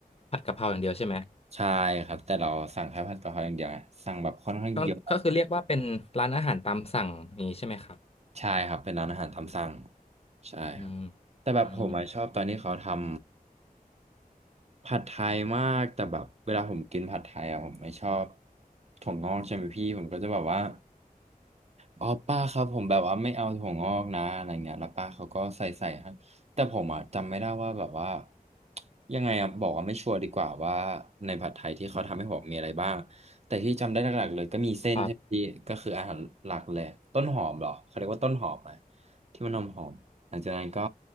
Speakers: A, on the left; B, on the right.
A: ผัดกะเพราอย่างเดียวใช่ไหม
B: ใช่ครับแต่เราสั่งแค่ผัดกะเพราอย่างเดียวไงสั่งแบบค่อนข้างเยอะ
A: ก็ก็คือเรียกว่าเป็นร้านอาหารตามสั่งอย่างนี้ใช่ไหมครับ
B: ใช่ครับเป็นร้านอาหารตามสั่งใช่ครับ
A: อืม
B: แต่แบบผมอะชอบตอนที่เขาทำ
A: อืม
B: ผัดไทยมากแต่แบบเวลาผมกินผัดไทยอ่ะผมไม่ชอบถั่วงอกใช่ไหมพี่ผมก็จะแบบว่าอ๋อป้าครับผมแบบว่าไม่เอาถั่วงอกนะอะไรเงี้ยแล้วป้าเขาก็ใส่ใส่ให้แต่ผมอ่ะจำไม่ได้ว่าแบบว่ายังไงอ่ะบอกว่าไม่ชัวร์ดีกว่าว่าในผัดไทยที่เขาทำให้ผมมีอะไรบ้างแต่ที่จำได้หลักๆเลยก็มีเส้นใช่ไหมพี่ก็คืออาหารหลักเลยต้นหอมเหรอเขาเรียกว่าต้นหอมไหม
A: ครับ
B: ที่มันหอมหอม หลังจากนั้นก็